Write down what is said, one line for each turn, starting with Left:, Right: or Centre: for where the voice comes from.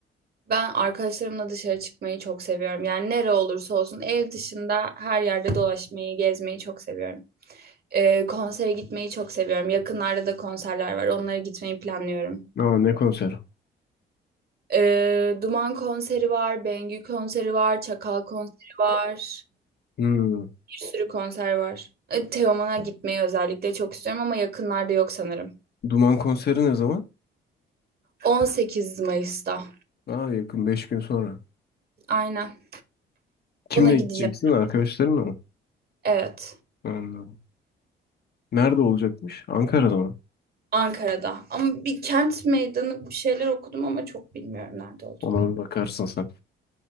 Right: Ben arkadaşlarımla dışarı çıkmayı çok seviyorum. Yani nere olursa olsun ev dışında her yerde dolaşmayı, gezmeyi çok seviyorum. Ee, konsere gitmeyi çok seviyorum. Yakınlarda da konserler var. Onlara gitmeyi planlıyorum.
Left: Aa, ne konseri?
Right: Ee, Duman konseri var, Bengü konseri var, Çakal konseri var.
Left: Hmm.
Right: Bir sürü konser var. Ee, Teoman'a gitmeyi özellikle çok istiyorum ama yakınlarda yok sanırım.
Left: Duman konseri ne zaman?
Right: 18 Mayıs'ta.
Left: Aa, yakın 5 gün sonra.
Right: Aynen.
Left: Kimle
Right: Ona gideceğim.
Left: gideceksin? Arkadaşlarınla mı?
Right: Evet.
Left: Anladım. Nerede olacakmış? Ankara'da mı?
Right: Ankara'da. Ama bir kent meydanı bir şeyler okudum ama çok bilmiyorum nerede oldu.
Left: Ona bir bakarsın sen.